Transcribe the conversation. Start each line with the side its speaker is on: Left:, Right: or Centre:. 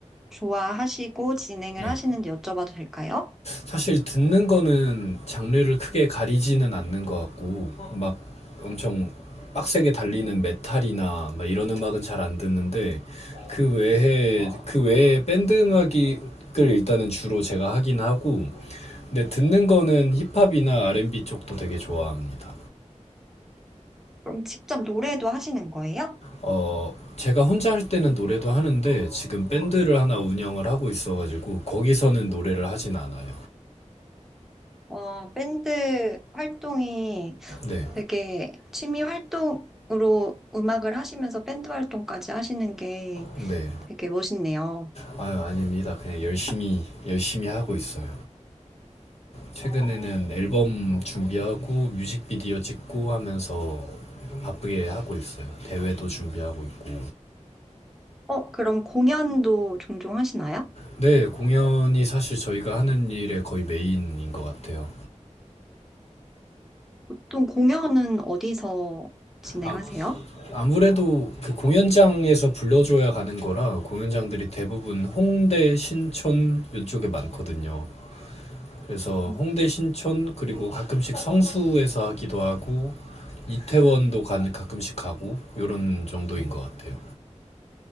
Centre: 좋아하시고 진행을
Left: 네.
Centre: 하시는지 여쭤봐도 될까요?
Left: 사실 듣는 거는 장르를 크게 가리지는 않는 것 같고 막 엄청 빡세게 달리는 메탈이나 막 이런 음악은 잘 안 듣는데 그 외에 그 외에 밴드 음악을 일단은 주로 제가 하긴 하고 근데 듣는 거는 힙합이나 R&B 쪽도 되게 좋아합니다.
Centre: 그럼 직접 노래도 하시는 거예요?
Left: 어, 제가 혼자 할 때는 노래도 하는데 지금 밴드를 하나 운영을 하고 있어가지고 거기서는 노래를 하진 않아요.
Centre: 어, 밴드 활동이
Left: 네,
Centre: 되게 취미 활동으로 음악을 하시면서 밴드 활동까지 하시는 게
Left: 네.
Centre: 되게 멋있네요.
Left: 아유, 아닙니다. 그냥 열심히, 열심히 하고 있어요. 최근에는 앨범 준비하고 뮤직비디오 찍고 하면서 바쁘게 하고 있어요. 대회도 준비하고 있고.
Centre: 어, 그럼 공연도 종종 하시나요?
Left: 네, 공연이 사실 저희가 하는 일의 거의 메인인 것 같아요.
Centre: 보통 공연은 어디서 진행하세요?
Left: 아, 아무래도 그 공연장에서 불러줘야 가는 거라 공연장들이 대부분 홍대, 신촌 이쪽에 많거든요. 그래서
Centre: 어,
Left: 홍대 신촌 그리고 가끔씩 성수에서 하기도 하고 이태원도 가, 가끔씩 가고 요런 정도인 것 같아요.